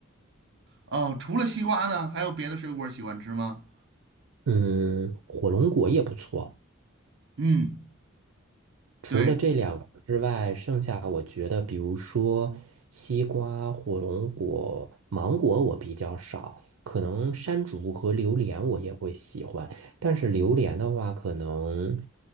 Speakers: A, on the right (about 60°); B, on the right (about 75°).
A: 哦，除了西瓜呢，还有别的水果喜欢吃吗？
B: 嗯，火龙果也不错。
A: 嗯，
B: 除了这两个之外，
A: 对，
B: 剩下我觉得，比如说西瓜、火龙果、芒果，我比较少。可能山竹和榴莲我也会喜欢，但是榴莲的话，可能